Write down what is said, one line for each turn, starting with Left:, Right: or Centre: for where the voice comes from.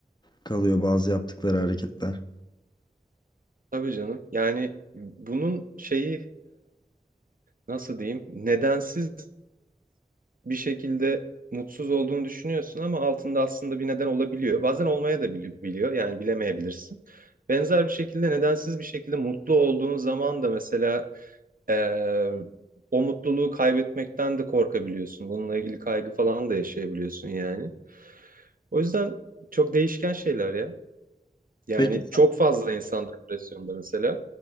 Left: kalıyor bazı yaptıkları hareketler.
Right: Tabii canım. Yani bunun şeyi nasıl diyeyim nedensiz bir şekilde mutsuz olduğunu düşünüyorsun ama altında aslında bir neden olabiliyor. Bazen olmaya da bili- biliyor yani bilemeyebilirsin. Benzer bir şekilde nedensiz bir şekilde mutlu olduğun zaman da mesela eee, o mutluluğu kaybetmekten de korkabiliyorsun. Bununla ilgili kaygı falan da yaşayabiliyorsun yani. O yüzden çok değişken şeyler ya. Yani
Left: Peki,
Right: çok fazla insan depresyonda mesela.